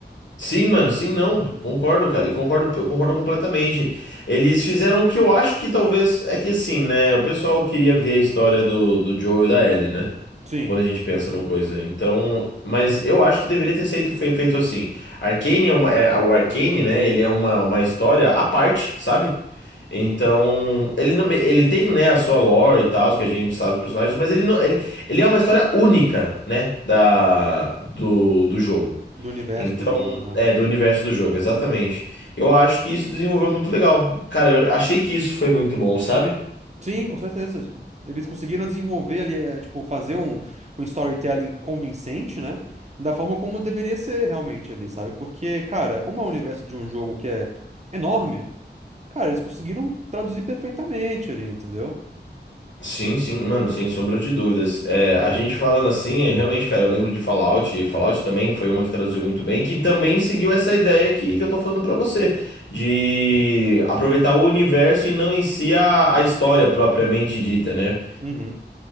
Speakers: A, on the left (about 80°); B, on the right (about 40°).
A: Sim, mano, sim, não, concordo, cara, e concordo, eu concordo completamente. Eles fizeram o que eu acho que talvez, é que assim, né, o pessoal queria ver a história do, do Joe e da Ellie, né?
B: Sim.
A: Quando a gente pensa
B: Uhum.
A: no coisa. Então, mas eu acho que deveria ter feito, fe- feito assim. Arcane é uma, é- o Arcane, né? Ele é uma, uma história à parte, sabe? Então, ele não, ele tem, né, a sua lore e tal, que a gente sabe os personagens, mas ele não, ele, ele é uma história única, né, da, do, do jogo.
B: Do universo
A: Então,
B: do jogo, né?
A: é, do universo do jogo, exatamente. Eu acho que isso desenvolveu muito legal. Cara, eu achei que isso foi muito bom, sabe?
B: Sim, com certeza. Eles conseguiram desenvolver ali, eh, tipo, fazer um, um storytelling convincente, né? Da forma como deveria ser realmente ali, sabe? Porque, cara, como é o universo de um jogo que é enorme, Cara, eles conseguiram traduzir perfeitamente ali, entendeu?
A: Sim, sim, mano, sem sombra de dúvidas. É, a gente falando assim, realmente, cara, eu lembro de Fallout, e Fallout também foi uma que traduziu muito bem, que também seguiu essa ideia que, que eu tô falando pra você, de aproveitar o universo e não em si a, a história propriamente dita, né?
B: Uhum.